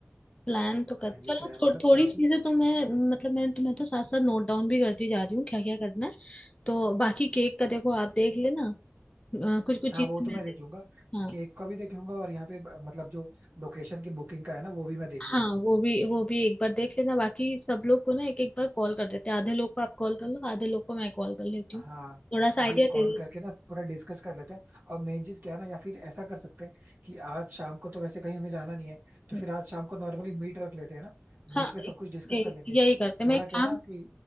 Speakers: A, on the left (about 25°); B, on the right (about 45°).
A: प्लान तो कर
B: हाँ ये
A: चलो
B: तो यार मतलब
A: थो, थोड़ी
B: काफी
A: चीजें तो मैं मतलब मैं तुम्हें तो साथ साथ नोट डाउन भी करती जा रही हूँ क्या क्या करना है तो बाकी केक का देखो आप देख लेना कुछ कुछ
B: हाँ
A: चीजें
B: वो तो
A: मैं
B: मैं
A: देख
B: देख लूंगा
A: हाँ
B: केक का भी देख लूंगा और यहाँ पे ब- मतलब जो लोकेशन की बुकिंग का है ना वो भी मैं देख
A: हाँ
B: लूंगा
A: वो भी वो भी एक बार देख लेना बाकी सब लोग को ना एक एक बार कॉल कर देते हैं आधे लोग को आप कॉल कर लो आधे लोग को मैं कॉल कर लेती हूँ
B: हाँ
A: थोड़ा सा
B: अभी
A: आइडिया दे
B: कॉल
A: देती
B: करके ना पूरा डिस्कस कर लेते हैं और मेन चीज क्या है ना या फिर ऐसा कर सकते हैं कि आज शाम को तो वैसे कहीं हमें जाना नहीं है तो
A: हूँ
B: फिर आज शाम को नॉर्मली मीट रख लेते हैं ना मीट
A: हाँ
B: पे सब
A: यही
B: कुछ डिस्कस कर लेंगे
A: यही करते हैं।
B: थोड़ा
A: मैं एक
B: क्या
A: काम
B: है ना कि